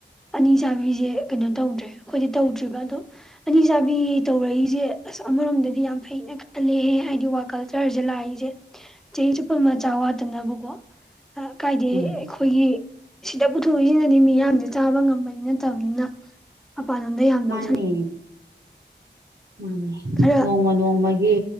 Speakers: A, in the centre; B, on the right (about 60°).
A: ꯑꯅꯤ ꯆꯥꯕꯤꯁꯦ ꯀꯩꯅꯣ ꯇꯧꯗ꯭ꯔꯦ ꯑꯩꯈꯣꯏꯗꯤ ꯇꯧꯗ꯭ꯔꯤꯕ ꯑꯗꯣ ꯑꯅꯤ ꯆꯥꯕꯤ ꯇꯧꯔꯛꯏꯁꯦ ꯑꯁ ꯑꯃꯔꯣꯝꯗꯗꯤ ꯌꯥꯝ ꯐꯩꯅ ꯑꯅꯦꯍꯦ ꯍꯥꯏꯗꯤ ꯋꯥꯛ ꯀꯜꯆꯔꯁꯦ ꯂꯥꯛꯏꯁꯦ ꯆꯍꯤ ꯆꯨꯞꯄ ꯃꯆꯥꯛ ꯋꯥꯠꯇꯅꯕꯀꯣ ꯀꯥꯏꯗꯦ
B: ꯃꯥꯅꯦ
A: ꯑꯩꯈꯣꯏꯒꯤ ꯁꯤꯗ ꯄꯨꯊꯣꯛꯏꯁꯤꯅꯗꯤ ꯃꯤꯌꯥꯝꯁꯦ ꯆꯥꯕ ꯉꯝꯕꯅꯤꯅ ꯐꯠꯇꯕꯅꯤꯅ ꯃꯄꯥꯟꯂꯣꯝꯗ ꯌꯥꯝ
B: ꯃꯥꯅꯦ
A: ꯂꯧꯁꯟ
B: ꯃꯥꯅꯦ
A: ꯈꯔ
B: ꯅꯣꯡꯃ ꯅꯣꯡꯃꯒꯤ